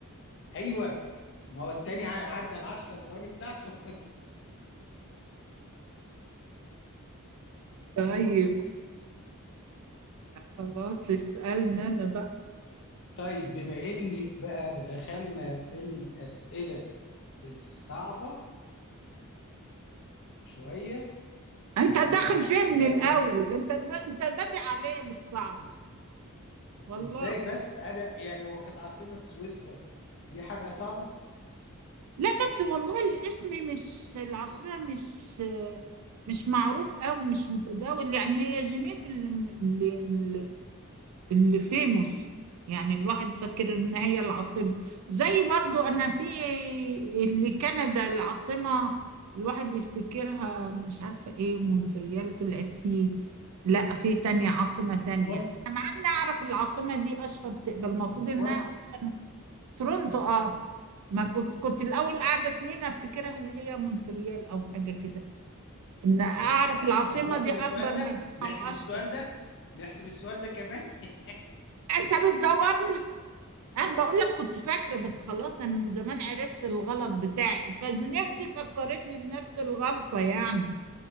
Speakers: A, on the left; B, on the right.
A: أيوه ما هو التاني ع- عدى العشر ثواني بتاعته
B: طيب خلاص اسألنا انا بقى
A: <laughs> طيب بما إنك بقى دخلنا في الأسئلة الصعبة شويه
B: انت
A: انا
B: داخل فيها
A: هدور
B: من الاول
A: لك
B: انت انت بادئ عليا بالصعب والله
A: ازاي بس انا يعني هو كانت عاصمه سويسرا دي حاجه صعبه
B: لا بس والله الاسم مش العاصمة مش مش معروف او مش متداول يعني هي جنيف اللي, اللي اللي في مصر يعني الواحد فاكر ان هي العاصمة زي برضو انا في اللي كندا العاصمة الواحد يفتكرها مش عارفة ايه مونتريال طلعت فيه لا في تانية عاصمة تانية
A: في تورونتو
B: انا مع اني اعرف العاصمة دي اشهر تقبل المفروض
A: في
B: انها
A: تورونتو
B: أشهر. تورونتو اه ما كنت كنت الاول قاعدة سنين افتكرها اللي هي مونتريال او حاجة كده ان اعرف
A: شفتي بقى
B: العاصمة
A: طب نحسب
B: دي اكبر
A: السؤال ده
B: مدينة
A: نحسب
B: واشهر
A: السؤال ده نحسب السؤال ده كمان <laughs>
B: انت بتدور انا بقول لك كنت فاكره بس خلاص انا من زمان عرفت الغلط بتاعي فزنيف دي فكرتني بنفس الغلطه يعني